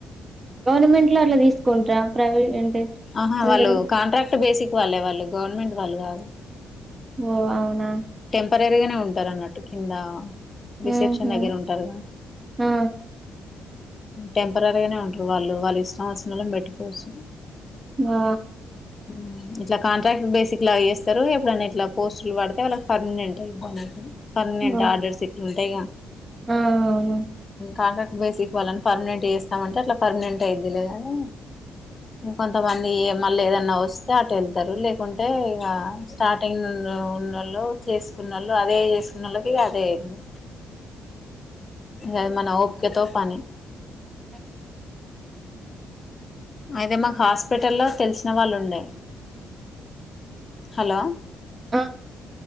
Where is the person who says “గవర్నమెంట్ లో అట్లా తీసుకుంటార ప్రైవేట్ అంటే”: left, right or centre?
Right